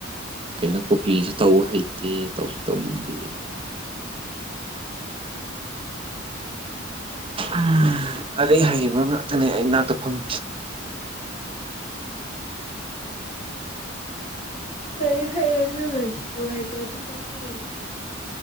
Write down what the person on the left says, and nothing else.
ꯂꯥꯏꯔꯤꯛ ꯍꯩꯔꯁꯨ ꯂꯥꯏꯁꯨ ꯍꯩꯇꯔꯗꯤꯀꯥꯅꯔꫭꯏꯗ